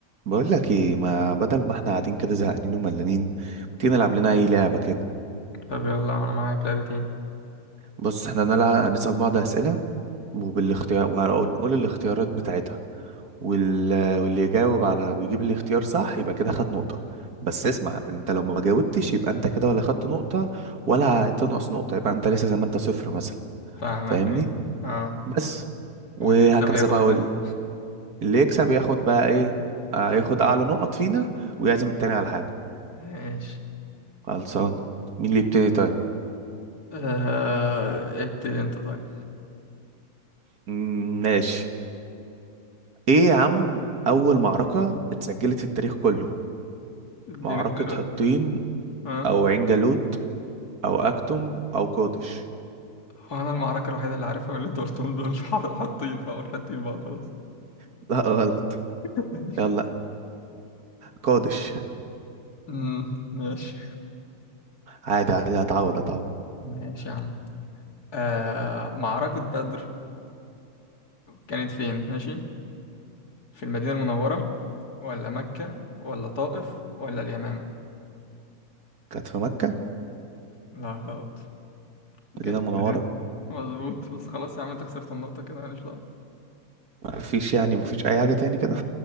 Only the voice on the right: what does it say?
بقول لك ايه ما بدل ما احنا قاعدين كده زهقانين وملانين ما تيجي نلعب لنا اي لعبه كده
بص احنا نلعب هنسال بعض اسئله وبالاختيار ونقول الاختيارات بتاعتها وال... واللي يجاوب على ويجيب الاختيار صح يبقى كده خد نقطه بس اسمع انت لو ما جاوبتش يبقى انت كده ولا خدت نقطه ولا هتنقص نقطه يبقى انت لسه زي ما انت صفر مثلا
فاهمني
بس وهكذا
بقى
وال- اللي يكسب ياخد بقى ايه آه، ياخد اعلى نقط فينا ويعزم التاني على حاجه
خلصان مين اللي يبتدي طيب
مم، ماشي ايه يا عم اول معركة اتسجلت في التاريخ كله
معركة
حطين
او عين جالوت او اكتم او قادش
<laughs> لا غلط
يلا قادش
عادي عادي هتعوض هتعوض
كانت في مكة
مدينة
منورة
مفيش يعني مفيش اي حاجة تاني كده